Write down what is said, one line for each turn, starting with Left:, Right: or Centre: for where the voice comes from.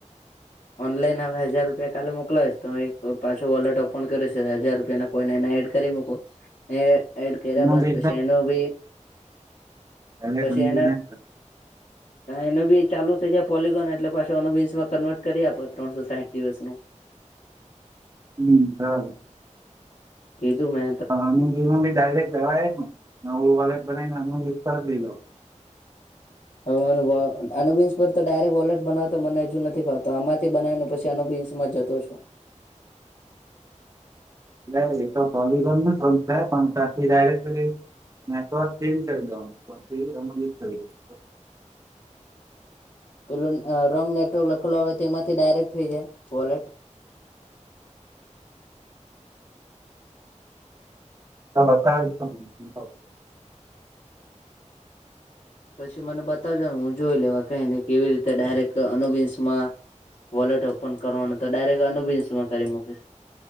Left: ઓનલાઈન હવે હજાર રૂપિયા કાલે મોકલાવીશ તો એક પાછો વોલેટ ઓપન કરીશ હજાર રૂપિયા. કોઈને એને એડ કરી મુકુ એ એડ કર્યા
Right: મળે
Left: બાદ પછી એનું બી
Right: ને
Left: પછી એના. એનું બી ચાલુ થઇ જાય પોલગોન એટલે પાછ અનુમાં કન્વર્ટ કરી આપ ત્રણસો સાહીઠ દિવસ નું.
Right: હમ હા.
Left: કીઘુ મે.
Right: હ મી મી ડાયરેક્ટ લેવા નેું વાલે ભને લવ
Left: હ બી પર તો ડાયરેક વોલેટ બનાવતો મને હજુ નથી ફાવતો આમા. બનાવી ને પછી પિન્સ માં જતો છું
Right: એ એ તો કોલી પણ તથી ડાયરેક્ટ. નેટવર્ક ચેન્જ કરીદો <unintelligible>
Left: પેલું રોંગ નેટવર્ક લખેલો હો તેમાંથી ડાયરેક્ટ થઈ જાય વોલેટ.
Right: હ <unintelligible>
Left: પછી મને બતાવજો ને હું જોઈ લેવા કને કેવી રીતે ડાયરેક્ટ અનુિન્સ માં. વોલેટ ઓપન કરવાનું તો ડાયરેક અનુબિન્સમાં કરી મૂકીશ.